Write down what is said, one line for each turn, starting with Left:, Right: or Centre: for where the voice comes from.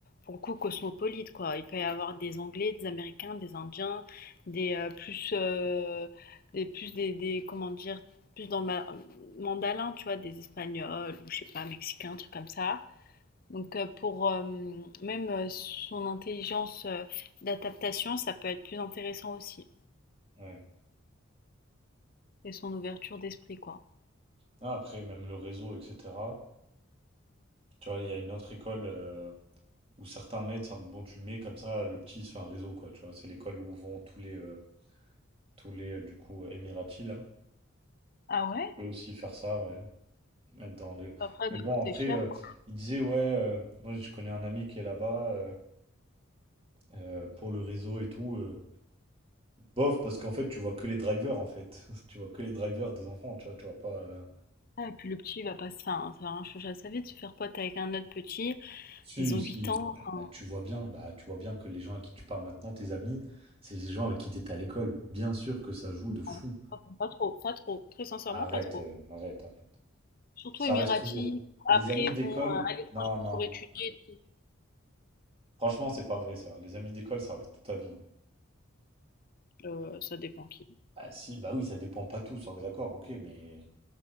Left: pour le coup, cosmopolite, quoi. Il peut y avoir des Anglais, des Américains, des Indiens, des, heu, plus, heu, des plus des des comment dire? Plus dans le ma mandalin, tu vois? Des Espagnols ou je sais pas, Mexicains, trucs comme ça. Donc heu, pour, hem, même, heu, son intelligence, heu, d'adaptation, ça peut être plus intéressant aussi
Right: ouais.
Left: et son ouverture d'esprit, quoi.
Right: Ah, après, même le réseau, etc. Tu vois, il y a une autre école euh, où certains mettent, c'est en mode, bon, tu le mets comme ça, le petit, il se fait un réseau, quoi. Tu vois, c'est l'école où vont tous les, euh, tous les, euh, du coup, euh, Émiratis, là.
Left: Ah ouais?
Right: Tu peux aussi faire ça, ouais. Mettre dans le...
Left: Après,
Right: Mais
Left: de
Right: bon,
Left: coûter
Right: après,
Left: cher,
Right: euh,
Left: quoi.
Right: il disait, ouais, euh, moi je connais un ami qui est là-bas euh, euh, pour le réseau et tout. euh, bof, parce qu'en fait, tu vois que les drivers, en fait. <laughs> Tu vois que les drivers des enfants, tu vois, tu vois pas. euh,
Left: Ah, Et puis le petit, il va pas se faire, hein, ça va rien changer à sa vie de se faire pote avec un autre petit.
Right: Si,
Left: Ils ont
Right: si.
Left: huit ans, enfin,
Right: Bah, tu vois bien, bah, tu vois bien que les gens à qui tu parles maintenant, tes amis, c'est les gens avec qui tu étais à l'école. Bien sûr que ça joue
Left: non,
Right: de fou.
Left: pas, pas trop, pas trop, très sincèrement,
Right: Arrête,
Left: pas trop.
Right: euh, arrête, arrête.
Left: Surtout
Right: Ça
Left: émiratis,
Right: reste toujours.
Left: après,
Right: Les amis
Left: ils
Right: d'école,
Left: vont euh, à l'étranger
Right: non, non.
Left: pour étudier et tout.
Right: Franchement, c'est pas vrai ça. Les amis d'école, ça reste toute ta vie. hein.
Left: Euh, ça dépend qui,
Right: Ah si, bah oui, ça dépend pas tous, hein, d'accord, ok, mais...